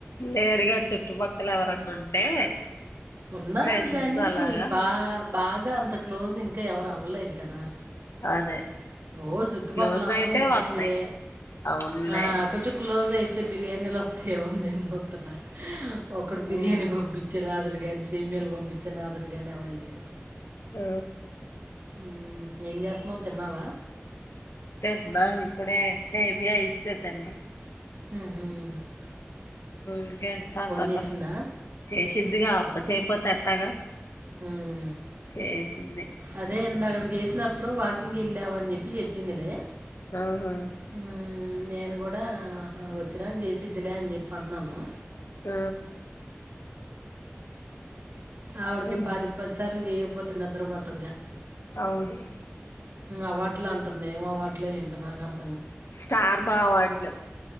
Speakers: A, on the left; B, on the right.
A: లేేరుగా చుట్టుపక్కల ఎవరన్నా ఉంటే
B: ఉన్నారు
A: ఫ్రెండ్స్
B: గాని
A: అలాగా
B: బా బాగా అంత క్లోజ్ ఇంకా ఎవరు అవ్వలేదు కదా
A: అదే
B: ఓ చుట్టుపక్కల
A: క్లోజ్
B: అందరూ
A: అయితే
B: ముస్లింలే
A: వత్తాయి అవునులే
B: ఆ కొంచెం క్లోజ్ అయి తే బిర్యానీలు వత్తాయి ఏమో అని నేను సుతున్న ఒక్కడు బిర్యానీ
A: ఉమ్
B: పంపించేరాదు రా గాని సేమియాలు పంపించే నాదుడుగానేవడలేడు
A: ఆ
B: హ్మ్మ్ ఏం చేస్తున్నావు తిన్నావా
A: తెన్నా ఇప్పుడే సేమియా ఇస్తే తీన్నా
B: ఉహు
A: ఇంకేంటి సాంగతులు
B: చేసిందా
A: చేసిందిగా అమ్మ చేయపోత తగా
B: హుమ్మ్
A: వేసింది
B: అదే ఇందాక చేసినప్పుడు వాకింగ్ వెళ్ళావు అని చెప్పి చెప్పిందిలే
A: ఆహా ఆ
B: ఉమ్, నేను కూడా వచ్చినాక చేసిద్లే అని చెప్పి అన్నాను
A: ఆ
B: ఆవిడికి
A: ఉమ్
B: పాదికి పది సార్లు చేయపో ఇనా నిద్ర పట్టదు గా
A: అవును
B: అవార్డులు అంటుంది నేం అవార్డులు ఏంట నాకు అర్
A: స్టార్ మా అవార్డ్లు